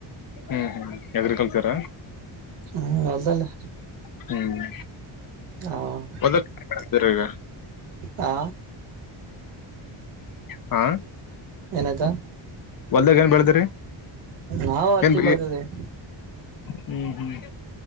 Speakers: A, on the left; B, on the right.
A: ಹ್ಮ್ ಹ್ಮ್ ಅಗ್ರಿಕಲ್ಚರ
B: ಹ್ಮ್ ಹೊಲ್ದಾಲೇ
A: ಹ್ಮ್
B: ಹ
A: ಒಂದ್ಕ್ ತೀರ ಈಗ
B: ಹಾ
A: ಹಾ
B: ಏನಾಯ್ತು
A: ಹೊಲ್ದಾಗ ಏನ್ ಬೆಳದ್ರಿ
B: ನಾವು ಹತ್ತಿ
A: ಏನ್
B: ಬೆಳೆದಿದ್ದೀವಿ
A: ಹ್ಮ್ ಹ್ಮ್